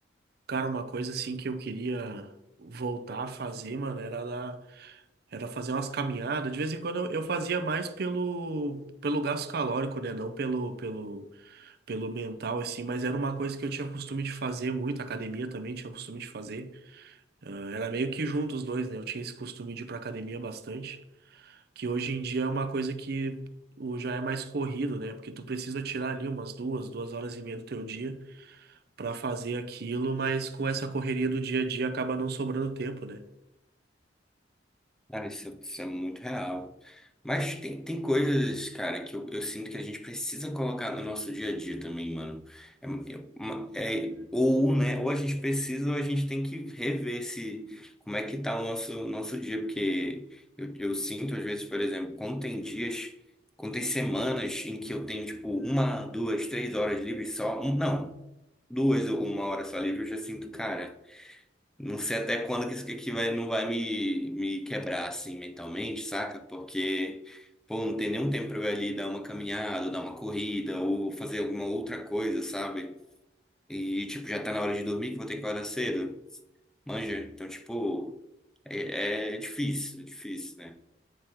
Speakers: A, on the right; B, in the centre.
A: Cara, uma coisa assim que eu queria voltar a fazer, mano, era da, era fazer umas caminhadas. De vez em quando eu, eu fazia mais pelo pelo gasto calórico, né? Não pelo pelo pelo mental assim, mas era uma coisa que eu tinha costume de fazer muito, academia também tinha costume de fazer. Ah, era meio que junto os dois, né? Eu tinha esse costume de ir pra academia bastante. que hoje em dia é uma coisa que o- já é mais corrido, né? Porque tu precisa tirar ali umas duas, duas horas e meia do teu dia pra fazer aquilo, mas com essa correria do dia a dia acaba não sobrando tempo, né?
B: Cara, isso, é, isso é muito real. Mas tem, tem coisas, cara, que eu, eu sinto que a gente precisa colocar no nosso dia a dia também, mano. É, é uma- é- ou, né, ou a gente precisa, ou a gente tem que rever se, como é que tá o nosso, nosso dia. Porque eu, eu sinto, às vezes, por exemplo, quando tem dias, quando tem semanas em que eu tenho, tipo, uma, duas, três horas livres só. Um, não, duas ou uma hora só livre, eu já sinto, cara. Não sei até quando que isso aqui vai, não vai me, me quebrar assim mentalmente, saca? Porque, pô, não tem nenhum tempo pra eu ir ali dar uma caminhada, ou dar uma corrida, ou fazer alguma outra coisa, sabe? E, tipo, já tá na hora de dormir, que vou ter que acordar cedo. Manja? Então, tipo, é, é difícil, é difícil, né?